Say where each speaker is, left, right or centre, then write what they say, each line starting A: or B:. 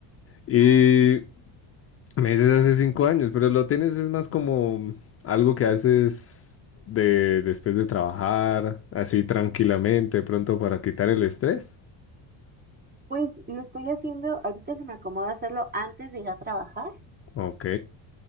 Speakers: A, on the left; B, on the right.
A: Y me dices hace cinco años, pero lo tienes es más como algo que haces de después de trabajar, así tranquilamente, pronto para quitar el estrés.
B: Pues lo estoy haciendo, ahorita se me acomoda hacerlo antes de ir a trabajar.
A: Ok,